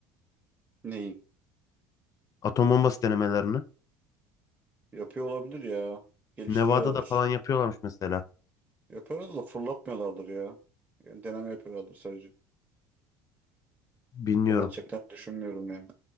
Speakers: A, on the right; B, on the left.
A: neyin?
B: Atom bombası denemelerini.
A: Yapıyor olabilir ya. Geliştiriyorlardır.
B: Nevada'da falan yapıyorlarmış mesela.
A: Yapıyorlar da fırlatmıyorlardır ya. Yani deneme yapıyorlardır sadece.
B: Bilmiyorum.
A: Fırlatacaklarını düşünmüyorum yani.